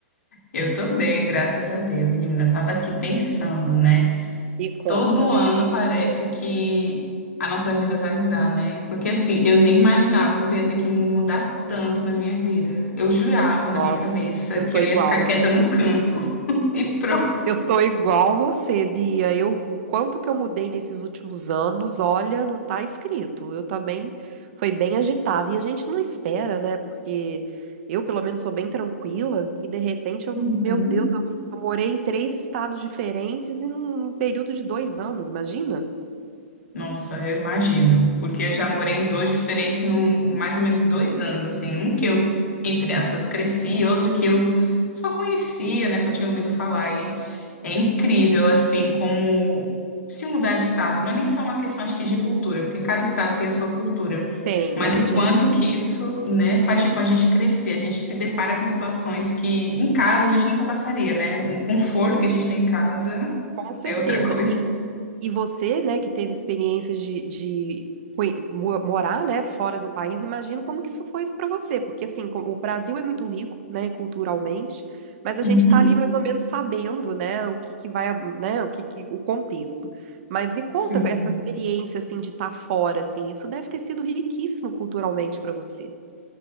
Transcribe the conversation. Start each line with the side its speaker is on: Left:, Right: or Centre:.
Left: Eu tô bem, graças a Deus, menina. Tava aqui pensando, né?
Right: Me conta.
Left: Todo ano parece que a nossa vida vai mudar, né? Porque assim, eu nem imaginava que eu ia ter que mu- mudar tanto na minha vida. Eu jurava na
Right: Nossa,
Left: minha cabeça
Right: eu
Left: que
Right: tô
Left: eu
Right: igual.
Left: ia ficar quieta num canto <laughs> e pronto.
Right: Eu tô igual você, Bia. Eu, o quanto que eu mudei nesses últimos anos, olha, não tá escrito. Eu também foi bem agitada e a gente não espera, né? Porque eu, pelo menos, sou bem tranquila e de repente eu,
Left: Uhum.
Right: meu Deus, eu, eu morei em três estados diferentes em um período de dois anos, imagina?
Left: Nossa, eu imagino. Porque eu já morei em dois diferentes num mais ou menos dois anos, assim. Um que eu, entre aspas, cresci, e outro que eu só conhecia, né? Só tinha ouvido falar. E é incrível, assim, como se mudar de estado. Não é nem só uma questão, acho que, de cultura, porque cada estado tem a sua cultura.
Right: Tem,
Left: Mas
Right: a gente
Left: o quanto
Right: é riquíssimo.
Left: que isso, né, faz, tipo, a gente crescer. A gente se depara com situações que em casa a gente nunca passaria, né? Um conforto
Right: Muito.
Left: que a gente tem em casa
Right: Com certeza.
Left: é outra coisa.
Right: E, e você, né, que teve experiências de, de conhe- mo- morar, né, fora do país, imagino como que isso foi para você, porque assim, co- o Brasil é muito rico, né, culturalmente, mas a gente
Left: Uhum.
Right: está ali mais ou menos sabendo, né, o que que vai, né, o que que, o contexto. Mas me conta
Left: Sim.
Right: essa experiência assim de estar fora, assim, isso deve ter sido riquíssimo culturalmente para você.